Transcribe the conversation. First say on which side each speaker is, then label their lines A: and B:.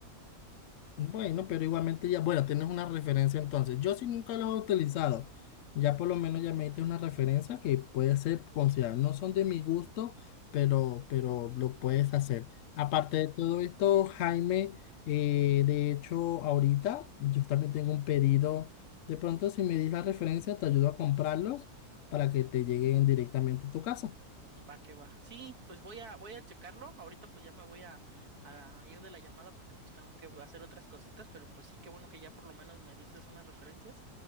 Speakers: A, on the left; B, on the right.
A: Bueno, pero igualmente ya, bueno, tienes una referencia entonces. Yo sí nunca los he utilizado. Ya por lo menos ya me diste una referencia que puede ser considerada. No son de mi gusto, pero, pero lo puedes hacer. Aparte de todo esto, Jaime, eh, de hecho, ahorita yo también tengo un pedido. De pronto, si me dis la referencia, te ayudo a comprarlos para que te lleguen directamente a tu casa.
B: Va que va. Sí, pues voy a voy a checarlo. Ahorita pues ya me voy a, a ir de la llamada porque pues tengo que hacer otras cositas, pero pues sí, qué bueno que ya por lo menos me diste unas referencias